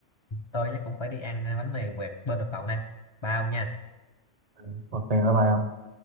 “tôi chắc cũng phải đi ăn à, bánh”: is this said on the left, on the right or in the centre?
Left